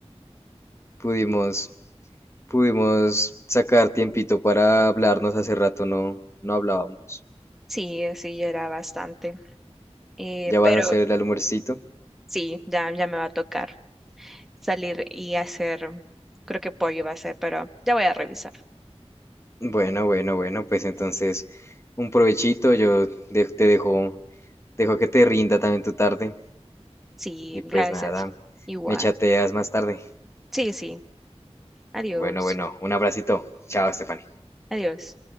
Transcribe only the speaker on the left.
pudimos, pudimos sacar tiempito para hablarnos. Hace rato no, no hablábamos.
¿Ya vas
a hacer el almuercito?
Bueno, bueno, bueno, pues entonces un provechito. Yo de- te dejo, dejo que te rinda también tu tarde.
Y pues
nada,
me chateas más tarde.
Bueno, bueno, un abracito. Chao, Estefan.